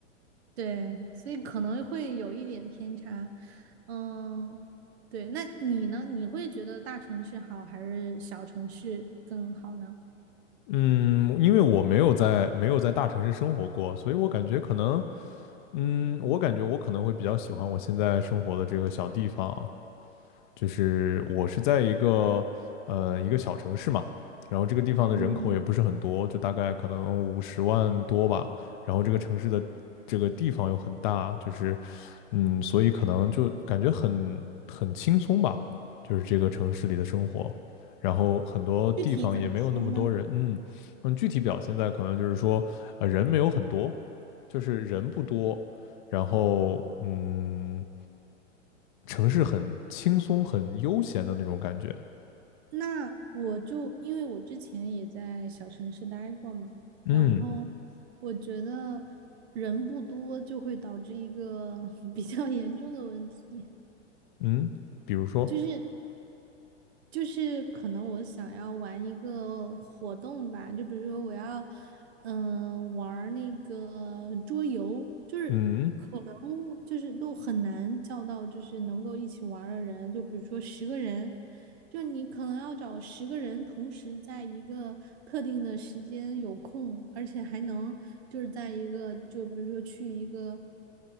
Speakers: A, on the right; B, on the left.
A: 对，所以可能会有一点偏差。嗯，对，那你呢？你会觉得大城市好还是小城市更好呢？
B: 嗯，因为我没有在没有在大城市生活过，所以我感觉可能，嗯，我感觉我可能会比较喜欢我现在生活的这个小地方啊，就是我是在一个呃一个小城市嘛，然后这个地方的人口也不是很多，
A: 嗯，
B: 就大概可能五十万多吧，然后这个城市的这个地方又很大，就是嗯，所以可能就感觉很很轻松吧，就是这个城市里的生活，然后很多地方也没有那么多人，
A: 具体怎么说呢？
B: 嗯嗯，具体表现在可能就是说呃人没有很多。就是人不多，然后嗯，城市很轻松、很悠闲的那种感觉。
A: 那我就因为我之前也在小城市待过嘛，
B: 嗯
A: 然后我觉得人不多就会导致一个 <laughs> 比较严重的问题，
B: 嗯，比如说，
A: 就是就是可能我想要玩一个活动吧，就比如说我要嗯、玩儿那个桌游，就是
B: 嗯
A: 嗯，就是都很难叫到，就是能够一起玩儿的人。就比如说十个人，就你可能要找十个人同时在一个特定的时间有空，而且还能就是在一个，就比如说去一个